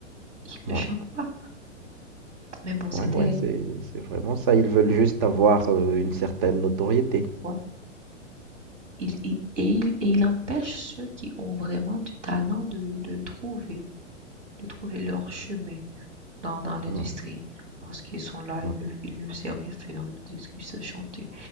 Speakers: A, on the right (about 70°); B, on the right (about 45°).
A: Ils ne
B: ouais,
A: chantent pas. Mais bon, c'était,
B: ouais, ouais, c'est, c'est vraiment ça. Ils veulent juste avoir euh, une certaine notoriété.
A: ouais. Il, il- et, il, et il empêche ceux qui ont vraiment du talent de, de trouver, de trouver leur chemin dans, dans l'industrie.
B: Ouais,
A: Parce qu'ils sont là,
B: ouais.
A: ils ne, ils ne savent rien faire. Ils disent qu'ils savent chanter.